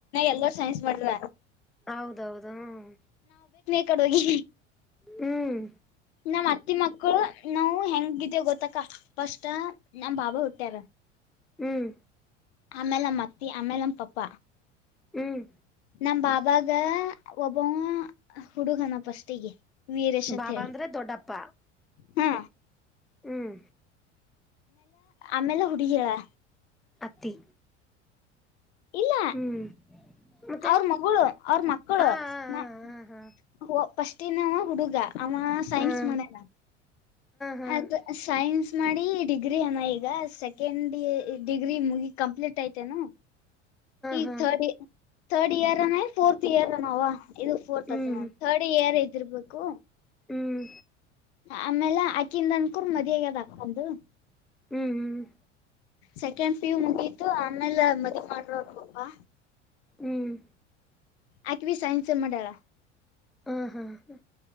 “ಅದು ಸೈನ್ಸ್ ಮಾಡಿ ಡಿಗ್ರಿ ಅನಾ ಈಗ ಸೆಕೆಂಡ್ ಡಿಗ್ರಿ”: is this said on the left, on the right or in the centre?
Left